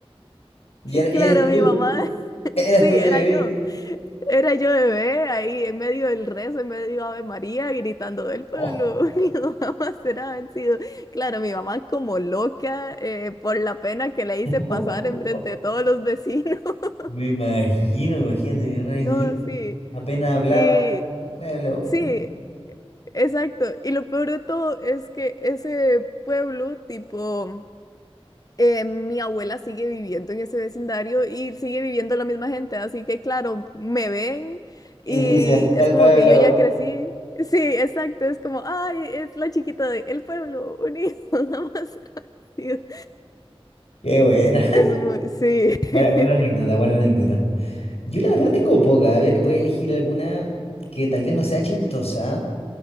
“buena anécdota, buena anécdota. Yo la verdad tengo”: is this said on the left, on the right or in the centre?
Left